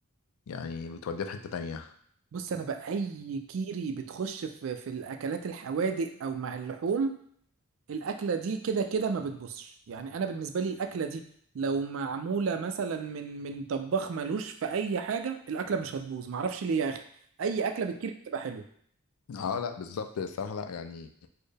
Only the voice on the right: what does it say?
بص انا بقى اي كيري بتخش في في الاكلات الحوادق او مع اللحوم الاكله دي كده كده ما بتبصش يعني انا بالنسبه لي الاكله دي لو معموله مثلا من من طباخ ملوش في اي حاجه الاكله مش هتبوظ معرفش ليه يا اخي اي اكله بتكيري بتبقى حلوه